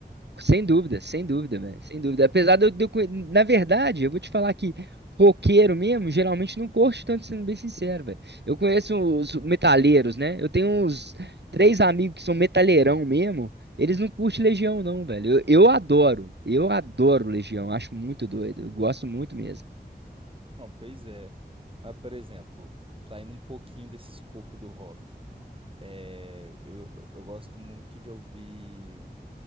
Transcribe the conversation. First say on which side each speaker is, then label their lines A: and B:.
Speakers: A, on the right; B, on the right.
A: Sem dúvida, sem dúvida, velho. Sem dúvida. Apesar de eu, de eu conhe- Na verdade, eu vou te falar que roqueiro mesmo, geralmente não curte tanto, sendo bem sincero, velho. Eu conheço os metaleiros, né? Eu tenho uns três amigos que são metaleirão mesmo. Eles não curtem Legião, não, velho. Eu, eu adoro. Eu adoro Legião. Acho muito doido. Eu gosto muito mesmo.
B: Não, pois é. Mas, por exemplo, saindo um pouquinho desse escopo do rock, é, eu, eu gosto muito de ouvir